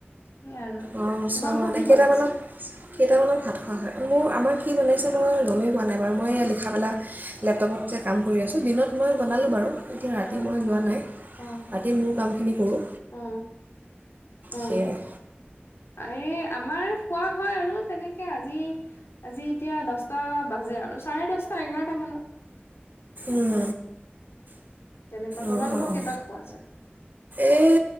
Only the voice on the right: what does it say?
অ'
চোৱা হোৱা নেকেইটামানত
কেইটামানত ভাত খোৱা হয় মোৰ আমাৰ কি বনাইছে মই গমেই পোৱা নাই বাৰু মই এই লিখামেলা লেপটপত যে কাম কৰি আছোঁ দিনত মই বনালোঁ বাৰু। এতিয়া ৰাতি
মই
যোৱা নাই
ৰাতি মোৰ কামখিনি কৰোঁ
সেয়াই।
উম।
অ' অ'
এই